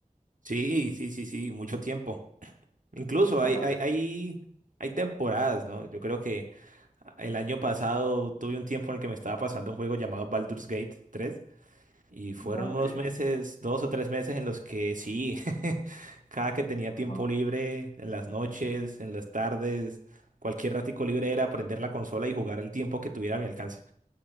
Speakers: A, on the right (about 65°); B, on the left (about 55°).
A: Sí, sí, sí, sí, mucho tiempo. Incluso
B: Ajá,
A: hay, hay, hay, hay temporadas, ¿no? Yo creo que el año pasado tuve un tiempo en el que me estaba pasando un juego llamado Baldur's Gate tres y fueron
B: ah, ok,
A: unos meses, dos o tres meses en los que sí, <laughs> cada que tenía
B: ajá.
A: tiempo libre, en las noches, en las tardes, cualquier ratico libre era prender la consola y jugar el tiempo que tuviera a mi alcance.